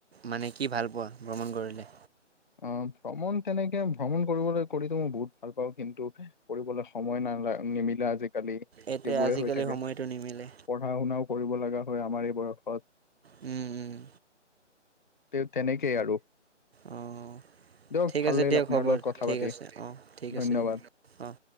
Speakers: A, on the right (about 55°); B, on the left (about 45°).
A: মানে কি ভাল পোৱা ভ্ৰমণ কৰিলে।
B: অ ভ্ৰমণ তেনেকে ভ্ৰমণ কৰিবলৈ কৰিতো মই বহুত ভাল পাওঁ কিন্তু কৰিবলৈ সময় ন নিমিলে। আজিকালি
A: এইটোৱে
B: এইবোৰে
A: আজিকালি
B: হৈ থাকে
A: সময়টো নিমিলে
B: পঢ়া শুনাও কৰিব লগা হয় আমাৰ বয়সত
A: উম! উম!
B: তে তেনেকেই আৰু
A: অঁ
B: দিয়ক
A: ঠিক
B: ভাল
A: আছে
B: লাগিল
A: দিয়ক
B: আপোনাৰ
A: খবৰ
B: লগত কথা
A: ঠিক
B: পাতি
A: আছে অ ঠিক
B: ধন্যবাদ
A: আছে দিয় অ-